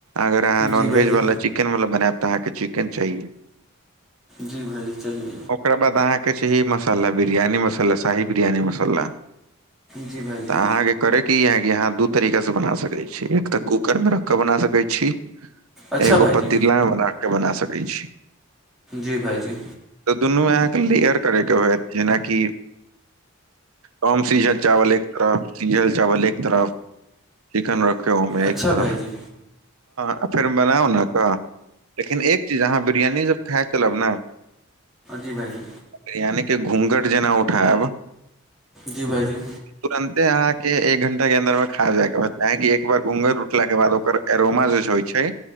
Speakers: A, on the right; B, in the centre.
A: अगर अहाँ नॉनवेज
B: जी भाइजी
A: वा चिकेन वाला बनायब तऽहाँ के चिकेन चाहि।
B: जी भाजी चाए।
A: ओकरा बाद अहाँके ची मसाला बिरयानी मसाला शाही बिरयानी मसाला।
B: जी भाइजी
A: तऽ अहाँके। करे के इ है कि यहाँ दू तरीका से बना सकै छी एक तऽ कूकर मे रख क बना सकै छी।
B: अच्छा
A: एगो
B: भाइजी
A: पतीला बना क बना सकैत छी।
B: जी भाइजी।
A: दुनू अहाँके लेयर करयके होत जेनाकि। कम सीजल चावल एक तरफ सीझल चावल एक तरफ। किकनर गाव मे
B: अच्छा
A: एक तरफ़।
B: भाइजी
A: ह फेर बनाउ ने तऽ केन एक चीज अहाँ बिरियानी सब खा तब लब ना।
B: जी भाइजी।
A: बिरियानी के घुँघट जेना उठायब।
B: जी भाइजी।
A: तुरन्ते अहाँके एक घण्टा के अन्दर मे खा जायके रहत अहाँ केँ एक बार घुँघट उटलाक के बाद ओकर। करोमा जेस होइ छै।